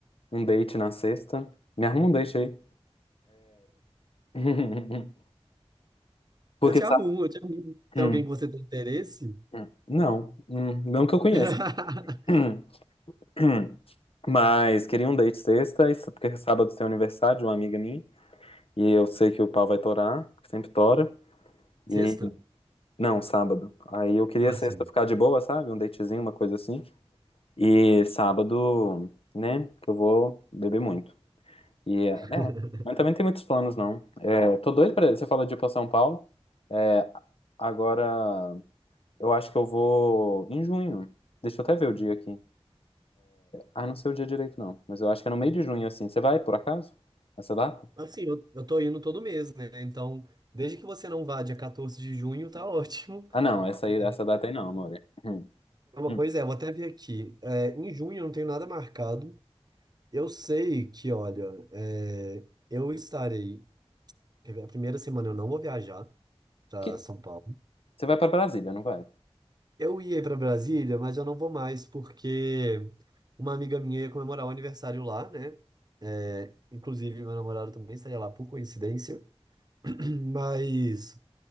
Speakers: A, on the left (about 65°); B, on the right (about 40°).
A: um date na sexta. Me arruma um date aí. <laughs> Porque,
B: Eu te arrumo,
A: sabe?
B: eu te arrumo. Tem
A: hum,
B: alguém que você tem interesse?
A: Hum, Não, Hum, não que eu conheça.
B: <laughs>
A: <clears throat> Hum, hum. Mas queria um date sexta, isso porque sábado tem aniversário de uma amiga minha, e eu sei que o pau vai torar, que sempre tora.
B: Sexta?
A: E não, sábado. Aí eu queria
B: Fala
A: sexta
B: Assim,
A: ficar de boa, sabe? Um datezinho, uma coisa assim. E sábado, né, que eu vou beber muito. E é, né,
B: <laughs>
A: mas também tem muitos planos, não. É, tô doido pra. Você fala de ir pra São Paulo. É, agora eu acho que eu vou em junho. Deixa eu até ver o dia aqui. Ah, não sei o dia direito, não. Mas eu acho que é no meio de junho, assim. Você vai, por acaso? Essa data?
B: assim, eu, eu tô indo todo mês, né? Então, desde que você não vá dia 14 de junho, tá ótimo.
A: Ah, não. Essa
B: É,
A: aí, essa data aí não, amore. Hum, hum.
B: pois é, vou até ver aqui. É, em junho eu não tenho nada marcado. Eu sei que, olha, é, eu estarei. A primeira semana eu não vou viajar para
A: Que...
B: São Paulo.
A: Você vai pra Brasília, não vai?
B: Eu ia para Brasília, mas eu não vou mais porque uma amiga minha ia comemorar o aniversário lá, né? É, inclusive, meu namorado também estaria lá por coincidência. <clears throat> Mas